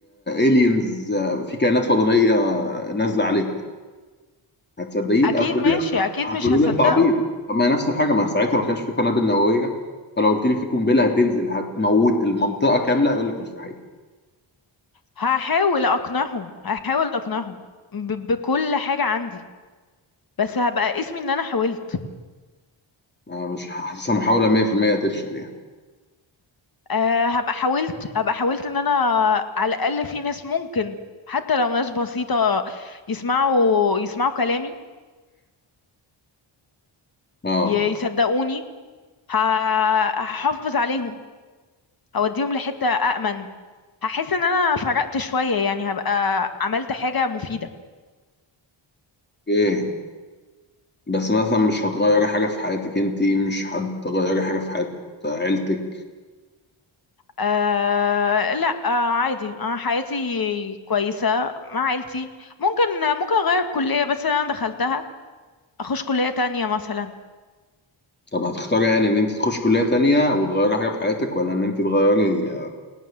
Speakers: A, on the left; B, on the left.
A: الينز في كائنات فضائيه نازله عليكم هتصدقيه
B: أكيد
A: هتقولي
B: ماشي أكيد
A: هتقولي
B: مش هصدقه
A: لي انت عبيط طب ما هي نفس الحاجه ما ساعتها ما كانش في قنابل نوويه فلو قلت لي في قنبله هتنزل هتموت المنطقه كامله يقول لك مستحيل
B: هحاول أقنعهم هحاول أقنعهم ب... بكل حاجة عندي بس هبقى اسمي إن أنا حاولت
A: آه، مش حاسسها محاوله 100% هتفشل يعني
B: أه هبقى حاولت هبقى حاولت إن أنا على الأقل في ناس ممكن حتى لو ناس بسيطة يسمعوا يسمعوا كلامي
A: اه
B: ي- يصدقوني ه- هحافظ عليهم اوديهم لحتة أأمن هحس ان انا فرقت شوية يعني هبقى عملت حاجة مفيدة
A: ايه بس مثلا مش هتغيري حاجه في حياتك انت مش هتغيري حاجه في حياه عيلتك
B: أه لا أه عادي أه حياتي كويسة مع عيلتي ممكن ممكن اغير الكلية بس اللي انا دخلتها اخش كلية تانية مثلا
A: طب هتختاري يعني ان انت تخش كلية تانية وتغيري حاجة في حياتك ولا ان انت تغيري آه،